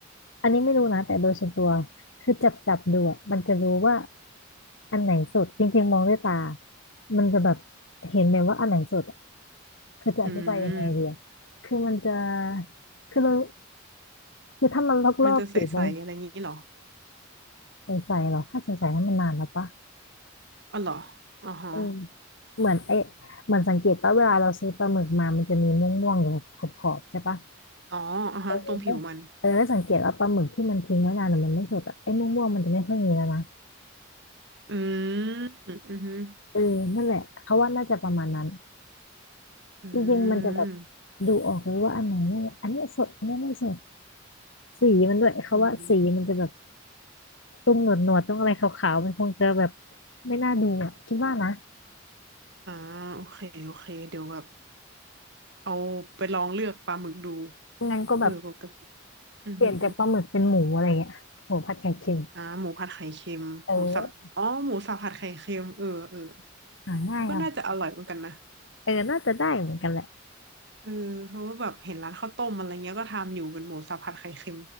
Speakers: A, on the left; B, on the right.
A: อันนี้ไม่รู้นะแต่โดยส่วนตัวคือจับจับดูอะมันจะรู้ว่าอันไหนสดจริงๆมองด้วยตามันจะแบบเห็นเลยว่าอันไหนสดอะ
B: <laughs>
A: คือจะอธิบายยังไงดีอะคือมันจะ
B: อืม
A: คือเราคือถ้ามันลอกๆสีมัน
B: <laughs> มันจะใสๆอะไรงี้เหรอ
A: ใสๆหรอถ้าใสๆนั้นมันนานแล้วปะ
B: อ๋อเหรออ๋อฮะ
A: เออเหมือนไอเหมือนสังเกตปะเวลาเราซื้อปลาหมึกมา มันจะมีม่วงๆอยู่ขอบขอบๆใช่ปะ
B: อ๋ออ่ะฮะตรงผิวมัน
A: เออเออแล้วสังเกตว่าปลาหมึกที่มันทิ้งไว้นานหรือมันไม่สดอะไอ้ม่วงๆมันจะไม่ค่อยมีแล้วนะ
B: อืมอือหือ
A: เออนั่นแหละ เขาว่าน่าจะประมาณนั้น
B: อื
A: จริงๆมันจะแบบ
B: ม
A: ดูออกเลยว่าอันไหนเนี่ยอันเนี้ยสด อันเนี้ยไม่สดสีมันด้วยเขาว่าสีมันจะแบบ
B: อืม
A: ต้องหนวดหนวดต้องอะไรขาวๆมันคงจะแบบไม่น่าดูอะคิดว่านะ
B: อ่าโอเคโอเค เดี๋ยวแบบเอาไปลองเลือกปลาหมึกดู
A: งั้นก็แบบ
B: เออปกติอือหือ
A: เปลี่ยนจากปลาหมึกเป็นหมูอะไรเงี้ยหมูผัดไข่เค็ม
B: อ่าหมูผัดไข่เค็มหมูสับอ๋อหมูสับผัดไข่เค็มเออเออ
A: เออ หาง่ายครับ
B: มันก็น่าจะอร่อยเหมือนกันนะ
A: เออน่าจะได้เหมือนกันแหละ
B: เออเพราะว่าแบบเห็นร้านข้าวต้มอะไรเงี้ยก็ทำอยู่เป็นหมูสับผัดไข่เค็ม